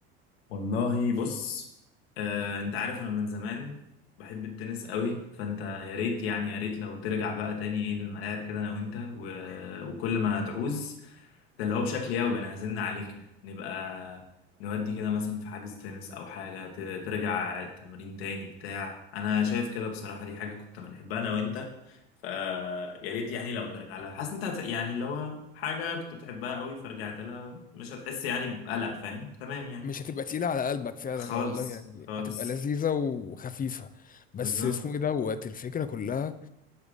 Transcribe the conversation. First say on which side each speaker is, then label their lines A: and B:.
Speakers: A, on the left; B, on the left.
A: والله بص آه، انت عارف انا من زمان بحب التنس قوي فانت يا ريت يعني يا ريت لو ترجع بقى تاني ايه للملاعب كده انا وانت و... وكل ما تعوز ده اللي هو بشكل يومي انا هزن عليك يعني نبقى نودي كده مثلا في حجز تنس او حاجة ت... ترجع التمرين تاني بتاع انا شايف كده بصراحة دي حاجة كنت بنحبها انا وانت فيا ريت يعني لو ترجع لها حاسس انت هت- يعني اللي هو حاجة كنت بتحبها قوي فرجعت لها مش هتحس يعني بقلق فاهم تمام يعني
B: مش هتبقى تقيلة على قلبك فعلا
A: خالص
B: يا والله يعني
A: خالص
B: هتبقى لذيذة وخفيفة بس
A: بالظبط
B: اسمه ايه دوت الفكرة كلها